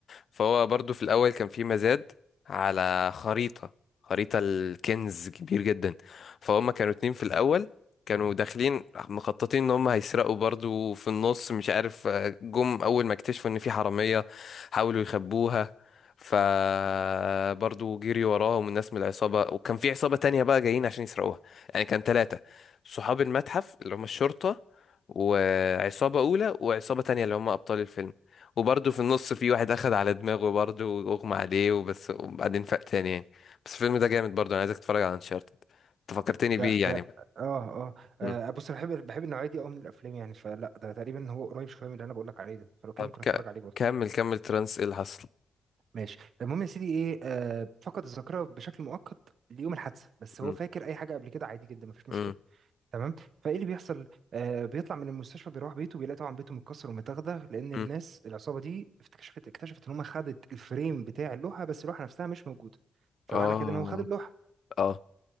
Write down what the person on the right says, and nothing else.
ده
ده
اه
اه آه، بص انا بحب بحب النوعية دي قوي من الافلام يعني فلا ده تقريبا هو قريب شوية من اللي انا بقول لك عليه ده فلو كده
ممكن اتفرج
عليه برضه.
ماشي المهم يا سيدي ايه آه فقد الذاكره بشكل مؤقت ليوم الحادثه بس
هو فاكر اي حاجه قبل كده عادي جدا مفيش مشكله
تمام فايه اللي بيحصل آه بيطلع من المستشفى بيروح بيته بيلاقي طبعا بيته متكسر ومتغدغ لان الناس
العصابه دي اكتشفت اكتشفت ان هم خدت الفريم بتاع اللوحه بس اللوحه نفسها مش موجوده فمعنى
كده ان هو خد اللوحه